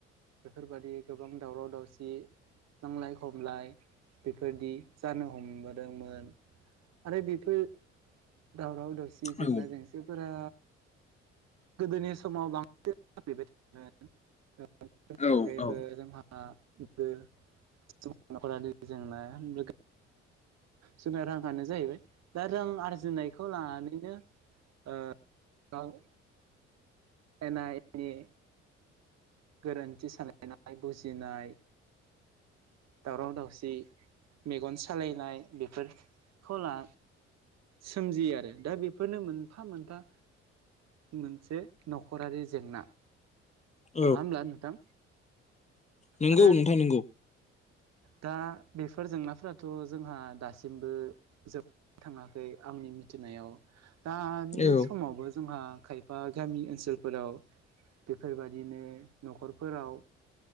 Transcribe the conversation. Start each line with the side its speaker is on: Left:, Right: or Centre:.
Right: बेफोरबायदि गोबां दावराव दावसि नांलाय खमलाय बेफोरबादि जानो हमबोदोंमोन आरो बेफोर दावराव दाव सि जेंना
Left: औ
Right: जेंसिफोरा गोदोनि समाव बांसिन <unintelligible> <unintelligible>
Left: औ
Right: अनगायैबो
Left: औ
Right: जोंहा <unintelligible> नखरारि जेंना <unintelligible> जोंना रांआ नो जाहैबाय दा जों आरजिनायखौ लानानैनो ओ गाव एना एनि गोरोनथि सानलायनाय बुजिनाय दावराव दावसि मेगन सालायनाय बेफोरखौ ला सोमजियो आरो दा बेफोरनो मोनफा मोनफा मोनसे न'खरारि जेंना।
Left: औ
Right: नङा होनब्ला नोंथां?
Left: नंगौ
Right: आरो
Left: नोंथां नंगौ
Right: दा बेफोर जेंनाफोराथ' जोंहा दासिमबो जोबनो थाङाखै आंनि मिथिनायाव दानि
Left: औ
Right: समावबो जोंहा खायफा गामि ओनसोलफोराव बेफोरबायदिनो न'खरफोराव